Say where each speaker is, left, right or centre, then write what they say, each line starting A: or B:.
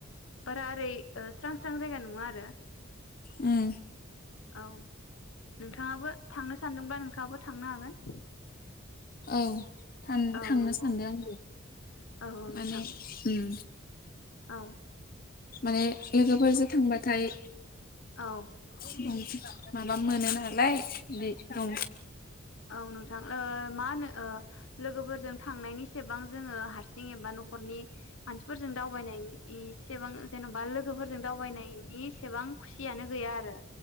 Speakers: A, on the left; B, on the left.
A: बारा ओरै ओ स्रां स्रां जायगा नङा आरो
B: ओम
A: औ नोंथाङाबो थांनो सानदोंबा नोंथाङाबो थांनो हागोन।
B: औ थान
A: औ
B: थांनो
A: नंगौ
B: सानदों आंबो
A: औ औ
B: माने
A: नोंथां
B: उम।
A: औ
B: माने लोगोफोरजों थांबाथाय
A: औ
B: <inaudible> माबा मोनो नालाय बे औ
A: औ नोंथां ओ माहोनो ओ लोगोफोरजों थांनायनि सेबां जोङो हारसिं एबा न' खरनि मानसिफोरजों दावबायनायनि इसेबां जेन'बा लोगोफोरजों दावबायनायनि सेबां खुसियानो गैया आरो।